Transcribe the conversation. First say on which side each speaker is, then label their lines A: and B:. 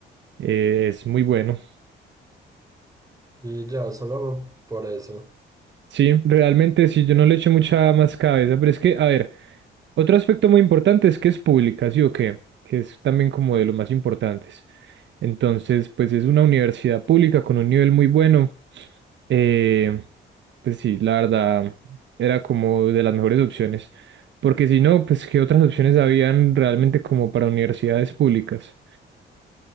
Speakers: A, on the right (about 65°); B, on the right (about 15°).
A: eh, es muy bueno.
B: Y ya, solo por eso.
A: Sí, realmente sí, yo no le eché mucha más cabeza, pero es que, a ver, otro aspecto muy importante es que es pública, ¿sí o qué? Que es también como de los más importantes. Entonces, pues es una universidad pública con un nivel muy bueno. Eh, pues sí, la verdad, era como de las mejores opciones. Porque si no, pues qué otras opciones habían realmente como para universidades públicas.